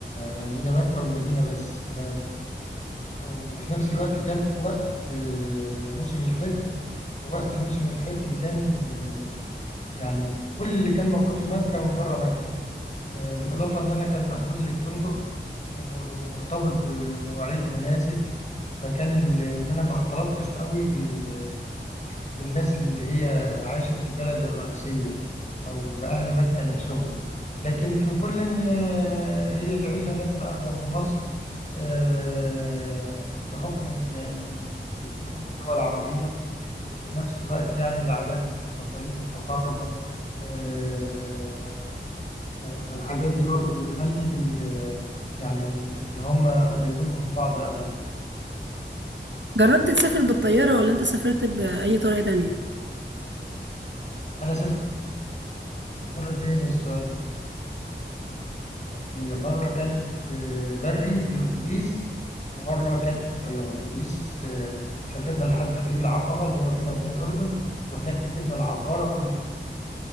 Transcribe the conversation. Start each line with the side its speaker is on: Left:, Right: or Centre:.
Left: يعني هي مكة والمدينة بس ف وفي نفس الوقت كان في وقت آه، موسم الحج ووقت موسم الحج كان آه، يعني كل اللي كان موجود في مكة من بره مكة آه، بالإضافة إن أنا كان محجوز لي في فندق ومر- ومرتبط بمواعيد مناسك فكان ال- إن أنا ما اختلطتش قوي بال- بالناس اللي هي عايشة في البلد الرئيسية أو بأهل مكة نفسهم لكن في كل إن آه، هي العيشة هناك مقربة من مصر آه، بحكم إن إن الاتنين دول عربية وفي نفس الوقت يعني العادات والتقاليد متقاربة آه، ف- فالحاجات دي برضو بتخلي ال- يعني ال- إن هم قريبين من بعض أوي يعني.
Right: جربت تسافر بالطيارة ولا انت سافرت بأي طريقة تانية؟
Left: أنا سافرت مرتين السعودية هي مرة كانت آه، بري بأتوبيس ومرة كانت بالطيارة بالأتوبيس آه، سافرنا لحد خليج العقبة اللي هو بيننا وبين الأردن وهناك ركبنا العبارة